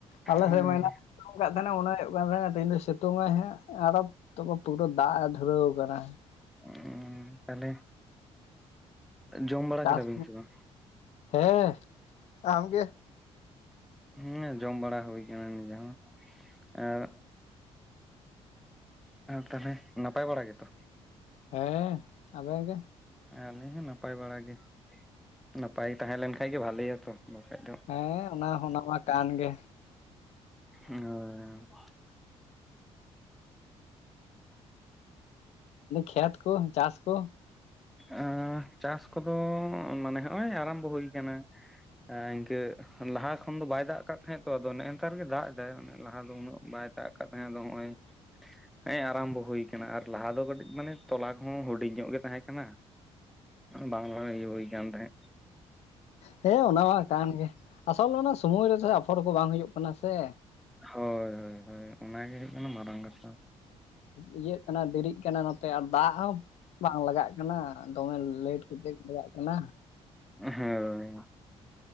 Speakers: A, on the left; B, in the centre.
A: ᱟᱞᱮ
B: ᱦᱳᱭ
A: ᱥᱮ ᱢᱟ ᱮᱱᱟ ᱠᱟᱜ ᱛᱟᱦᱮᱱᱟ ᱢᱚᱱᱮ ᱦᱩᱭᱩᱜ ᱠᱟᱱ ᱛᱟᱦᱮᱱᱟ ᱛᱮᱦᱮᱧ ᱫᱚᱭ ᱥᱤᱛᱩᱝ ᱟᱭ ᱦᱟᱸᱜ, ᱟᱨᱚ ᱛᱚ ᱯᱩᱨᱟᱹ ᱫᱟᱜ ᱮ ᱫᱷᱩᱨᱟᱹᱣ ᱠᱟᱱᱟ᱾
B: ᱮᱸ ᱛᱟᱦᱚᱞᱮ, ᱡᱚᱢ ᱵᱟᱲᱟ
A: ᱪᱟᱥ
B: ᱠᱮᱫᱟᱵᱤᱱ ᱥᱮᱵᱟᱝ?
A: ᱦᱮᱸ ᱟᱢᱜᱮ
B: ᱦᱩᱸ ᱡᱚᱢ ᱵᱟᱲᱟ ᱦᱩᱭ ᱠᱟᱱᱟ ᱜᱚᱝᱠᱮ ᱮᱜ ᱛᱚᱞᱮ ᱱᱟᱯᱟᱭ ᱵᱟᱲᱟ ᱜᱮ ᱛᱚ᱾
A: ᱦᱮᱸ, ᱟᱵᱮᱱ ᱜᱮ
B: ᱟᱹᱞᱤᱧ ᱦᱚᱸ ᱱᱟᱯᱟᱭ ᱵᱟᱲᱟ ᱜᱮ ᱱᱟᱯᱟᱭ ᱛᱟᱦᱮᱸ ᱞᱮᱱᱠᱷᱟᱭ ᱜᱮ ᱵᱷᱟᱞᱮᱭᱟᱛᱚ᱾ ᱵᱟᱠᱷᱟᱡ ᱫᱚ,
A: ᱦᱮᱸ ᱚᱱᱟ ᱦᱚᱸ ᱱᱟᱯᱟᱭ ᱠᱟᱱ ᱜᱮ᱾
B: ᱦᱳᱭ᱾
A: ᱠᱷᱮᱛ ᱠᱚ ᱪᱟᱥ ᱠᱚ,,
B: ᱮᱸ ᱪᱟᱥ ᱠᱚᱫᱚ ᱢᱟᱱᱮ ᱦᱚᱸᱜᱼᱚᱭ ᱟᱨᱚᱢᱵᱷᱚ ᱦᱩᱭ ᱠᱟᱱᱟ ᱮᱸ ᱤᱱᱠᱟᱹ ᱞᱟᱦᱟ ᱠᱷᱚᱱ ᱫᱚ ᱵᱟᱭ ᱫᱟᱜ ᱠᱟᱜ ᱛᱟᱦᱮᱸᱫ ᱛᱚ ᱟᱫᱚ ᱱᱮᱝᱠᱟ ᱨᱮᱜᱮ ᱫᱟᱜ ᱮᱫᱟᱭ ᱞᱟᱦᱟ ᱫᱚ ᱩᱱᱟᱹᱜ ᱵᱟᱭ ᱫᱟᱜ ᱠᱟᱫ ᱛᱟᱦᱮᱸ ᱟᱫᱚ ᱦᱚᱸᱜᱼᱚᱭ᱾ ᱦᱮᱸ ᱟᱨᱚᱢᱵᱷᱚ ᱦᱩᱭᱠᱟᱱᱟ ᱟᱨ ᱞᱟᱦᱟ ᱫᱚ ᱠᱟᱹᱴᱤᱡ ᱢᱟᱱᱮ ᱛᱚᱞᱟ ᱠᱚᱦᱚᱸ ᱦᱩᱰᱤᱧ ᱧᱚᱜ ᱜᱮ ᱛᱟᱦᱮᱸ ᱠᱟ ᱠᱟᱱᱟ ᱵᱟᱝ ᱞᱟᱨ ᱵᱤᱜᱟᱱ ᱨᱮ ᱛᱟᱸᱦᱮᱜ᱾
A: ᱦᱳ ᱚᱱᱟ ᱠᱟᱱ ᱜᱮ ᱟᱥᱚᱞ ᱚᱱᱟ ᱥᱚᱢᱚᱭ ᱨᱮ ᱟᱯᱷᱥᱚᱨ ᱠᱚ ᱵᱟᱝ ᱦᱩᱭᱩᱜ ᱠᱟᱱᱟ ᱥᱮ᱾
B: ᱦᱳᱭ ᱚᱱᱟᱜᱮ ᱦᱩᱭᱩᱜ ᱠᱟᱱᱟ ᱢᱟᱨᱟᱝ ᱠᱟᱛᱷᱟ᱾
A: ᱤᱭᱟᱹᱜ ᱠᱟᱱᱟ ᱫᱮᱨᱤᱜ ᱠᱟᱱᱟ ᱱᱚᱛᱮ ᱟᱨ ᱫᱟᱜ ᱦᱚᱸ ᱵᱟᱝ ᱞᱟᱜᱟᱜ ᱠᱟᱱᱟ᱾ ᱫᱚᱢᱮ ᱞᱮᱴ ᱠᱟᱛᱮ ᱞᱟᱜᱟᱜ ᱠᱟᱱᱟ᱾
B: ᱦᱳᱭ,